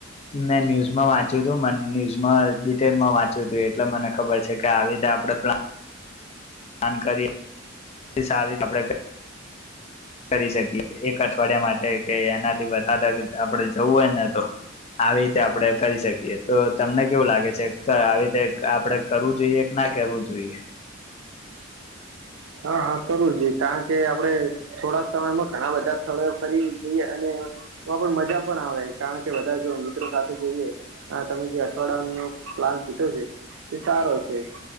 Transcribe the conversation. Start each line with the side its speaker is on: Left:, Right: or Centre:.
Left: મેં ન્યૂઝમાં વાંચ્યું હતું મ ન્યૂઝમાં ડિટેલમાં વાંચ્યું હતું એટલે મને ખબર છે કે આવી રીતે આપણે પ્લા જાણકારી એ સારી આપડે કરી શકીએ એક અઠવાડિયા માટે કે એનાથી વધારે આપણે જવું હોય ને તો આવી રીતે આપણે કરી શકીએ તો તમને કેવું લાગે છે આવી રીતે આપણે કરવું જોઈએ કે ના કરવું જોઈએ?
Right: હા હા કરવુ જોઈએ કારણ કે આપડે થોડા સમયમાં ઘણા બધા સ્થળો ફરી જઈએ અને એમાં પણ મજા પણ આવે કારણ કે બધા જો મિત્રો સાથે જોઈએ તમે જે અઠવાડિયાનો પ્લાન કીધો છે તે સારો છે